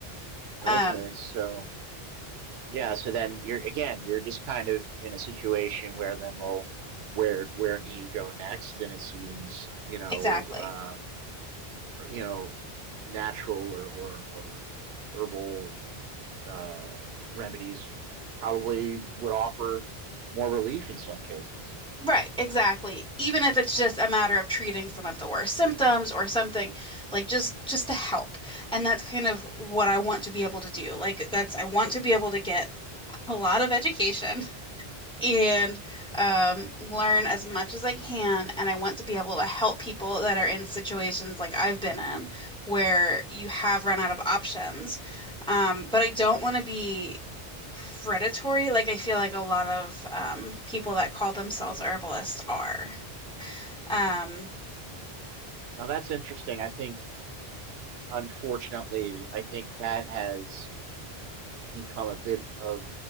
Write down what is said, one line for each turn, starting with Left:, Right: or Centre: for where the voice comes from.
Right: Okay.
Centre: Um,
Right: So. Yeah, so then you're again, you're just kind of in a situation where then well, where where do you go next? And it seems, you know,
Centre: exactly.
Right: uh, you know, natural or or or herbal uh remedies probably would offer more relief in some cases.
Centre: Right, exactly. Even if it's just a matter of treating some of the worst symptoms or something, like just just to help. And that's kind of what I want to be able to do. Like that's I want to be able to get a lot of education and um, learn as much as I can. And I want to be able to help people that are in situations like I've been in where you have run out of options. Um, but I don't want to be predatory, like I feel like a lot of um, people that call themselves herbalists are. Um,
Right: Now that's interesting. I think, unfortunately, I think that has become a bit of